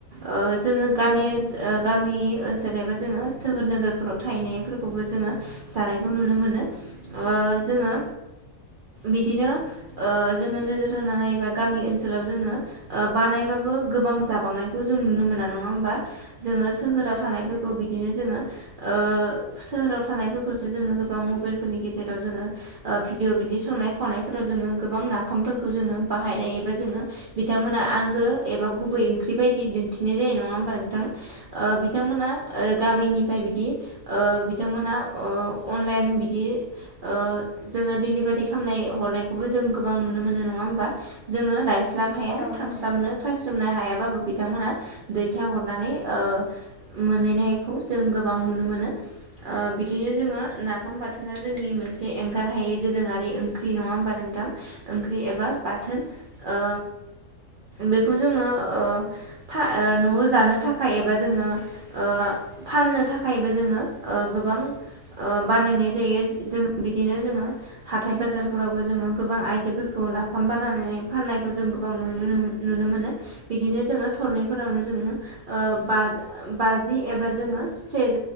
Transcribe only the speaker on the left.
औ
औ
नंगौ
औ
नंगौ